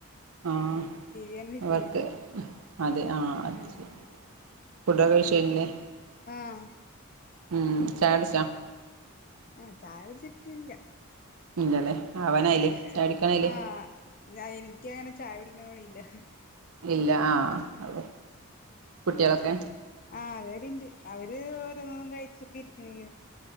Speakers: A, on the right (about 75°); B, on the left (about 40°).
A: ആഹ്
B: ടി വി തന്നെ ഇരിക്കായിരുന്നു
A: ഒക്കെ അതെ ആ അത്
B: ആഹ്
A: ശരി. ഫുഡ് ക്കെ കഴിച്ചു കഴിഞ്ഞില്ലേ!
B: ആഹ്
A: ഉംമ് ചായ കുടിച്ചോ?
B: ആഹ് ചായ കുടിച്ചിട്ടില്ല
A: ഇല്ലല്ലേ ആവാനായില്ലേ
B: ഏഹ്
A: ചായ കുടിക്കാനായില്ലേ
B: ആഹ് ഞാ എനിക്കങ്ങനെ ചായടിക്കാൻ കഴിയില്ല.
A: ഇല്ല ആഹ് അ കുട്ടിളൊക്കെ.
B: ആഹ് അവരിണ്ട് അവര് ഓരോന്നോന്നും കഴിച്ചൊക്കെ ഇരിക്കണെങ്ങനെ.